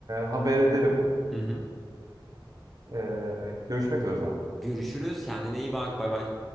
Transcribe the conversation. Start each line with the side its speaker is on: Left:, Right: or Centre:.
Right: haber ederim.
Centre: Hı hı.
Right: Ee, görüşmek üzere o zaman.
Centre: Görüşürüz. Kendine iyi bak. Bay bay.